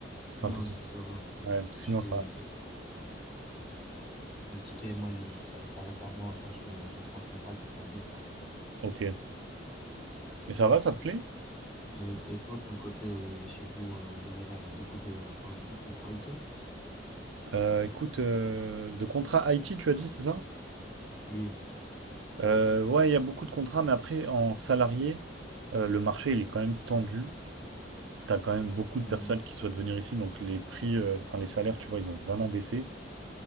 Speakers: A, on the right (about 85°); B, in the centre.
A: Enfin,
B: Non,
A: t'essaies-
B: c'est ça, ouais.
A: ouais, parce que
B: Je
A: sinon
B: suis,
A: ça...
B: Je le ticket, moi, il, s'a- il s'arrête à moi. Enfin, je le, je le transmets pas à quelqu'un d'autre, quoi.
A: Ok. Et ça va, ça te plaît?
B: Et, et toi, de ton côté, euh, chez vous, euh, aux Émirats, il y a beaucoup de, enfin, il y a beaucoup de contrariétés?
A: Euh, écoute, euh, de contrat IT, tu as dit, c'est ça?
B: Oui.
A: Euh, ouais, il y a beaucoup de contrats, mais après, en salarié, euh, le marché, il est quand même tendu. T'as quand même beaucoup de
B: Mhm.
A: personnes qui souhaitent venir ici, donc les prix, euh, enfin les salaires, tu vois, ils ont vraiment baissé.